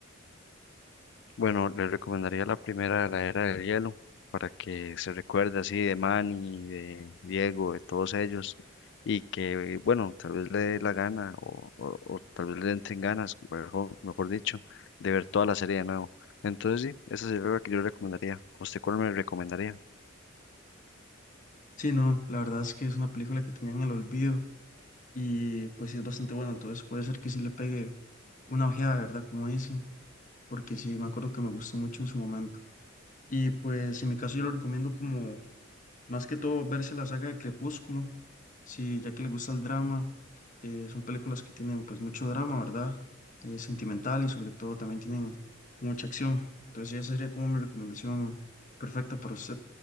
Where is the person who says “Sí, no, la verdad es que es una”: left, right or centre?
Left